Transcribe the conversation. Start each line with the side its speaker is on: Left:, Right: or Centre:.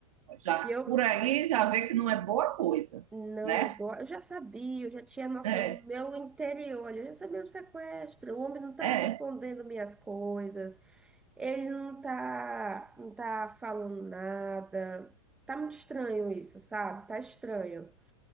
Right: Já,
Centre: E eu
Right: por aí já vê que não é boa coisa,
Centre: não
Right: né?
Centre: é boa, eu já sabia, eu já tinha noção
Right: É,
Centre: no meu interior, olha, eu já sabia o sequestro, o homem não tá
Right: é.
Centre: respondendo minhas coisas, ele não tá, não tá falando nada. Tá muito estranho isso, sabe? Tá estranho.